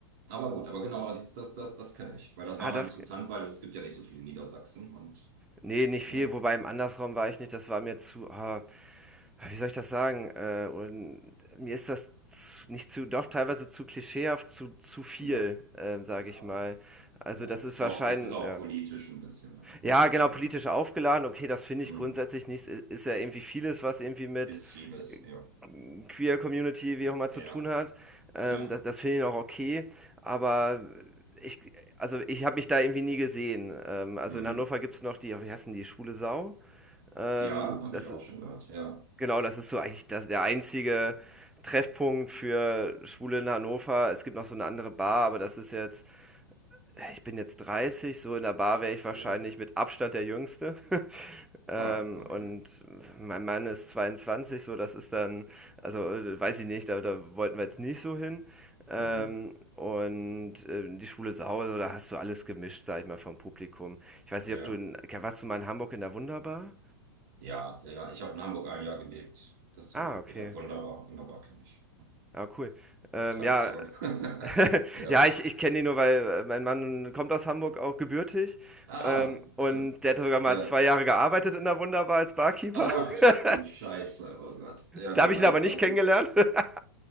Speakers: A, on the right; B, in the centre.
A: Aber gut, aber genau, das, das, das, das kenne ich. Weil das
B: Ah,
A: war mal
B: das
A: interessant,
B: g
A: weil es gibt ja nicht so viele in Niedersachsen und
B: ne, nicht
A: ähm,
B: viel, wobei im Andersraum war ich nicht, das war mir zu ah, wie soll ich das sagen? Äh, und mir ist das z nicht zu doch teilweise zu klischeehaft, zu zu viel,
A: ja,
B: ähm, sage
A: ja,
B: ich mal. Also,
A: ja,
B: das
A: es
B: ist
A: ist
B: wahrschein
A: auch, es ist auch
B: ja.
A: politisch ein bisschen, ne? Muss
B: Ja,
A: man
B: genau,
A: einfach.
B: politisch aufgeladen. Okay, das finde
A: Hm,
B: ich grundsätzlich nicht. Ist ja irgendwie vieles, was irgendwie mit
A: ist vieles,
B: äh,
A: ja.
B: Queer Community, wie auch immer, zu
A: Ja,
B: tun hat. Ähm,
A: ja.
B: das das finde ich auch okay. Aber ich, also ich habe mich da irgendwie nie gesehen. Ähm, also
A: Hm,
B: in Hannover gibt's noch die, wie heißt denn die, Schwule Sau. Ähm,
A: ja, habe
B: das
A: ich auch
B: ist,
A: schon gehört. Ja.
B: genau, das ist so eigentlich das, der einzige Treffpunkt für Schwule in Hannover. Es gibt noch so eine andere Bar, aber das ist jetzt, ich bin jetzt 30, so in der Bar wäre ich wahrscheinlich
A: Ja.
B: mit Abstand der Jüngste. <laughs> Ähm,
A: Ah, okay.
B: und mein Mann ist 22, so das ist dann, also weiß ich nicht, da, da wollten wir jetzt nicht so hin. Ähm,
A: Hm,
B: und äh, die Schule zu Hause, da hast du alles gemischt, sag ich mal, vom Publikum. Ich weiß
A: ja.
B: nicht, ob du in, warst du mal in Hamburg in der Wunderbar?
A: Ja, ja, ja. Ich habe in Hamburg ein Jahr gelebt. Deswegen,
B: Ah, okay.
A: ja, wunderbar, wunderbar kenne ich.
B: Ah, cool. Ähm,
A: Tradition.
B: ja,
A: <laughs>
B: <laughs>
A: Ja.
B: ja, ich, ich kenne die nur, weil äh, mein Mann kommt aus Hamburg auch gebürtig.
A: Ah,
B: Ähm, und
A: cool.
B: der hat sogar
A: Ja.
B: mal zwei Jahre gearbeitet in der Wunderbar als Barkeeper.
A: Ach
B: <laughs>
A: du Scheiße, oh Gott. Ja
B: da
A: gut,
B: habe ich
A: dann,
B: ihn aber nicht
A: dann,
B: kennengelernt. <laughs>